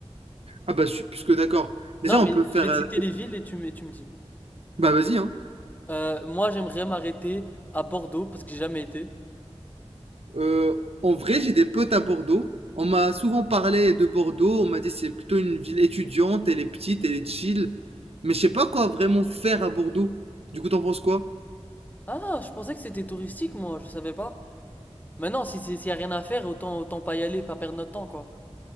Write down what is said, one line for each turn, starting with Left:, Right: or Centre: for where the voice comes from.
Right: Ah bah je suis plus que d'accord. Déjà,
Left: Non,
Right: on
Left: mais
Right: peut faire.
Left: je vais te
Right: euh,
Left: citer les villes et tu me, et tu me dis.
Right: Bah vas-y, hein.
Left: Euh, moi, j'aimerais m'arrêter à Bordeaux parce que j'ai jamais été.
Right: Euh, en vrai, j'ai des potes à Bordeaux. On m'a souvent parlé de Bordeaux. On m'a dit c'est plutôt une ville étudiante, elle est petite, elle est chill. Mais je sais pas quoi vraiment faire à Bordeaux. Du coup, t'en penses quoi?
Left: Ah, je pensais que c'était touristique, moi, je savais pas. Maintenant, si c'est- s'il y a rien à faire, autant, autant pas y aller, pas perdre notre temps, quoi.